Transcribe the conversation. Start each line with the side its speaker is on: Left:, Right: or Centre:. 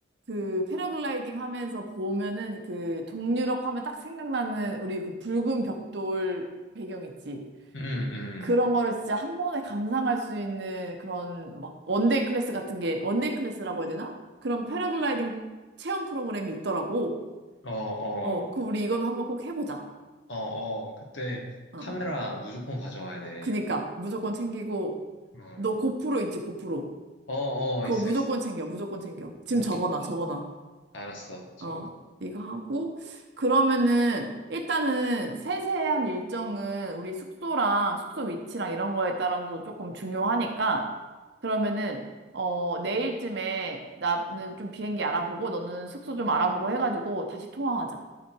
Right: 그 패러글라이딩 하면서 보면은 그 동유럽 하면 딱 생각나는 우리 그 붉은 벽돌 배경 있지?
Left: 음, 음.
Right: 그런 거를 진짜 한 번에 감상할 수 있는 그런 막 원데이 클래스 같은 게 원데이 클래스라고 해야 되나? 그런 패러글라이딩 체험 프로그램이 있더라고.
Left: 어, 어.
Right: 어, 그 우리 이거는 한번 꼭 해보자.
Left: 어, 어, 그때
Right: 어,
Left: 카메라
Right: 어.
Left: 무조건 가져와야 돼.
Right: 그니까 무조건 챙기고
Left: 그러면,
Right: 너 고프로 있지 고프로.
Left: 어, 어, 어,
Right: 그거
Left: 있어,
Right: 무조건
Left: 있어.
Right: 챙겨 무조건 챙겨. 지금
Left: 오케이,
Right: 적어놔
Left: 오케이.
Right: 적어놔.
Left: 알았어, 적어놓고.
Right: 어, 이거 하고, 그러면은, 일단은 세세한 일정은 우리 숙소랑 숙소 위치랑 이런 거에 따라서 조금 중요하니까, 그러면은, 어, 내일쯤에 나는 좀 비행기 알아보고, 너는 숙소 좀 알아보고 해가지고 다시 통화하자.